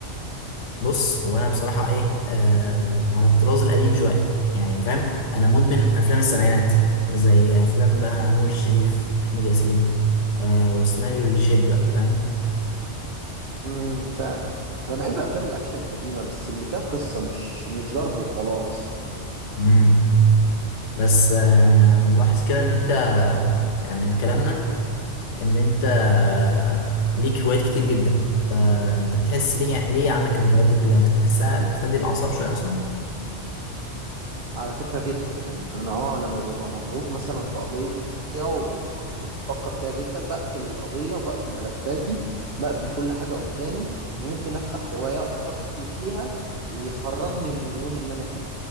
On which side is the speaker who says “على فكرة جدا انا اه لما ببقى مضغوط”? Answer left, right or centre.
Right